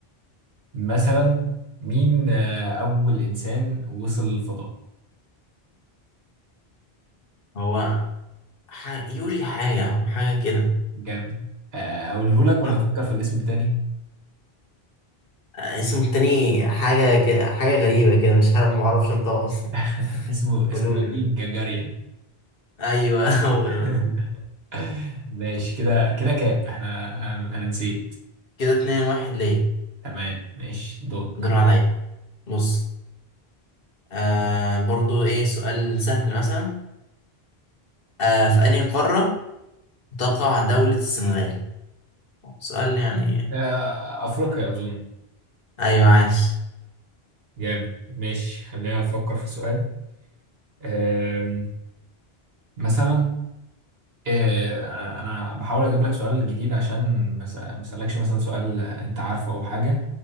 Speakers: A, on the right (about 70°); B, on the left (about 60°).
A: مثلا مين آه، اول انسان وصل للفضاء
B: هو ح... يوري حاجه حاجه كده
A: جامد آه، اقوله لك ولا
B: صح؟
A: تفكر في الاسم التاني
B: آه، اسمه التاني حاجه كده حاجه غريبه كده مش عارف معرفش انطقه اصلا
A: <laughs> اسمه
B: <laughs>
A: اسمه
B: قولوا
A: يوري
B: لي
A: جاجاريان
B: ايوه <laughs> هو
A: <laughs>
B: الولد.
A: ماشي كده كده كام احنا انا أنا نسيت
B: كده اتنين واحد ليه
A: تمام ماشي دورك
B: دور عليا بص آه برضو ايه سؤال سهل مثلا آه في انهي قاره تقع دوله السنغال سؤال يعني
A: آه، أفريقيا أظن
B: ايوه عاش
A: جامد ماشي خلينا أفكر في سؤال آم، مثلا آه، أنا أنا بحاول أجيب لك سؤال جديد عشان ما أس- ما أسألكش مثلا سؤال آه، أنت عارفه أو حاجة